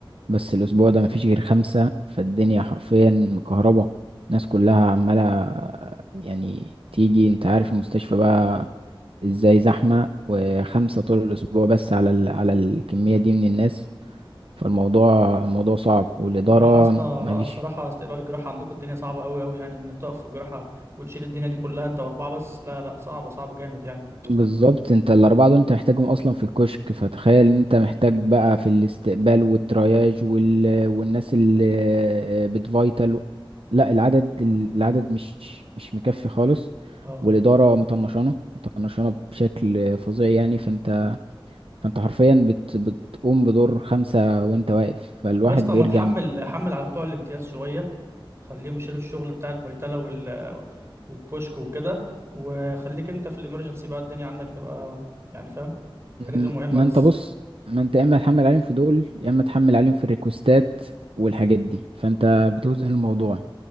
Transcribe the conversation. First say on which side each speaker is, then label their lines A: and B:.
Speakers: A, on the right (about 85°); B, on the right (about 30°).
A: بس الأسبوع ده مفيش غير خمسة فالدنيا حرفيا مكهربة الناس كلها عمالة آه، يعني تيجي انت عارف المستشفى بقى ازاي زحمة وخمسة طول الأسبوع بس على ال... على الكمية دي من الناس فالموضوع الموضوع صعب والإدارة
B: صراحه يا اسطى
A: مفيش
B: الصراحه استقبال الجراحه عندكم الدنيا صعبه قوي قوي يعني انك تقف في الجراحه وتشيل الدنيا دي كلها انت واربعه بس لا لا صعبه صعبه جامد يعني
A: بالظبط انت الاربعه دول انت محتاجهم اصلا في الكشك فتخيل ان انت محتاج بقى في الاستقبال والترياج وال... والناس اللي بتفايتال لا العدد العدد مش مش مكفي خالص
B: اه
A: والاداره مطنشانه مطنشانه بشكل فظيع يعني فانت فانت حرفيا بت... بتقوم بدور خمسه وانت واقف فالواحد
B: طب يا اسطى
A: بيرجع
B: ما تحمل
A: من الشغل
B: حمل على بتوع الامتياز شويه خليهم يشيلوا الشغل بتاع الفيتالا وال والكشك وكده وخليك انت في الامرجنسي بقى الدنيا عندك تبقى يعني فاهم الحاجات
A: م-
B: المهمه
A: ما
B: بس
A: انت بص ما انت يا اما تحمل عليهم في دول يا اما تحمل عليهم في الريكوستات والحاجات دي فانت بتوزن الموضوع